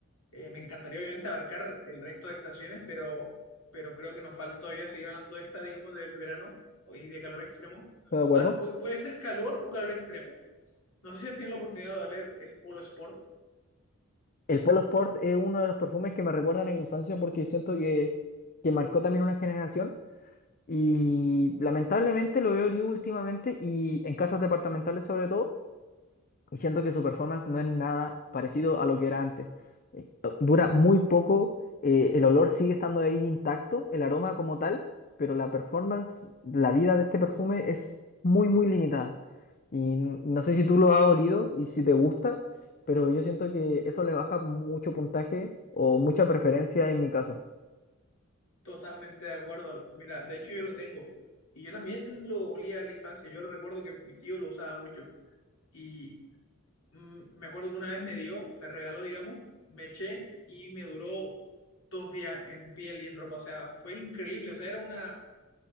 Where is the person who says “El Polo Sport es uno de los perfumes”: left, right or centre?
Left